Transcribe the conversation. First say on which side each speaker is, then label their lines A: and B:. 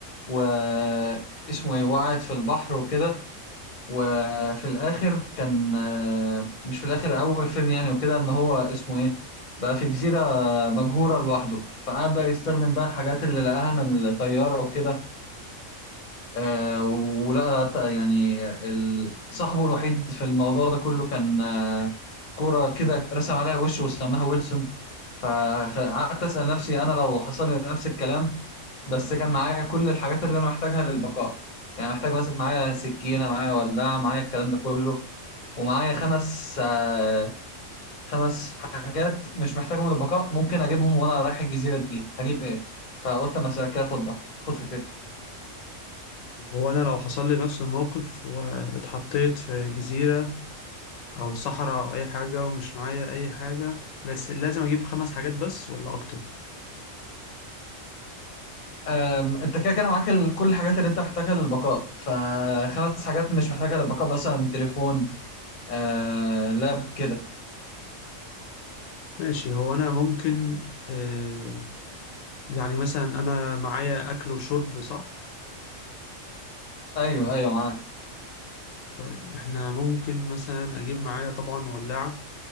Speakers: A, on the left (about 40°); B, on the left (about 80°).
A: واسمه ايه وقعت في البحر وكده وفي الاخر كان آه، مش في الاخر اول فيلم يعني وكده ان هو اسمه ايه بقى في جزيرة مجهورة لوحده فقعد بقى يستخدم بقى الحاجات اللي لقاها من الطيارة وكده آه، ولا ت- يعني ال- صاحبه الوحيد في الموضوع ده كله كان آه، كرة كده رسم عليها وش وسماها ويلسون فقعدت أسأل نفسي أنا لو حصل لي نفس الكلام بس كان معايا كل الحاجات اللي أنا محتاجها للبقاء يعني محتاج مثلا معايا سكينة معايا ولاعة معايا الكلام ده كله ومعايا خمس آه، خمس حاجات مش محتاجهم للبقاء ممكن أجيبهم وأنا رايح الجزيرة دي هجيب إيه فقلت أما أسألك كده خد خد فكرتك
B: هو انا لو حصل لي نفس الموقف واتحطيت في جزيرة او صحراء او اي حاجة ومش معايا اي حاجة بس لازم اجيب خمس حاجات بس ولا اكتر
A: أم، انت كده كده معاك ال- كل الحاجات اللي انت محتاجها للبقاء فخمس حاجات مش محتاجها للبقاء مثلا تليفون آه، لاب كده
B: ماشي هو انا ممكن آه، يعني مثلا انا معايا اكل وشرب صح
A: ايوه ايوه معاك
B: طيب احنا ممكن مثلا اجيب معايا طبعا ولاعة